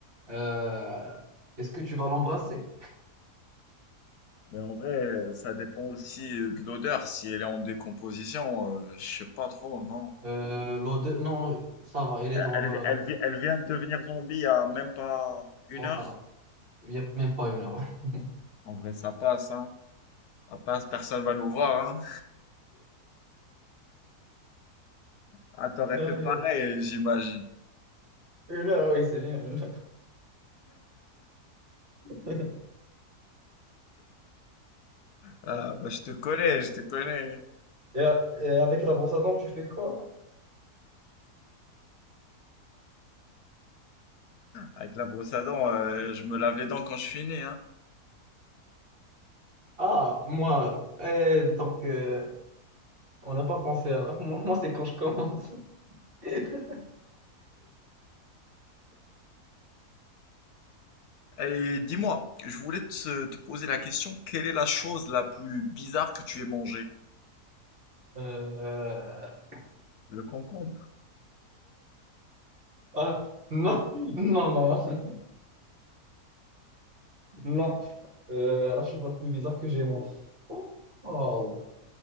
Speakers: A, on the right; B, on the left.
A: Euh, est-ce que tu vas l'embrasser?
B: Mais en vrai, euh, ça dépend aussi de l'odeur. Si elle est en décomposition, euh, je sais pas trop, non.
A: Euh, l'odeur- non, ça va, elle est dans
B: Elle,
A: la,
B: elle,
A: la-
B: vi- elle vient de devenir zombie il y a même pas une
A: voilà.
B: heure.
A: Il n'y a même pas une heure. <laughs>
B: En vrai, ça passe, hein. Ça passe, personne va nous voir, hein. Ah, t'aurais
A: Aïe,
B: fait pareil,
A: aïe.
B: j'imagine.
A: Une heure, oui, c'est bien, une heure.
B: Ah, bah, je te connais, je te connais.
A: Et, euh, et avec la brosse à dents, tu fais quoi?
B: Avec la brosse à dents, euh, je me lave les dents quand je finis, hein.
A: Ah, moi, eh, donc, euh, on n'a pas pensé à la- <laughs> Moi, moi, c'est quand je commence. <laughs>
B: Et dis-moi, je voulais te, te poser la question, quelle est la chose la plus bizarre que tu aies mangée?
A: Euh,
B: Le concombre.
A: Ah, non, <laughs> non, non, <laughs> non. Euh, la chose la plus bizarre que j'ai mangée. Oh, wow,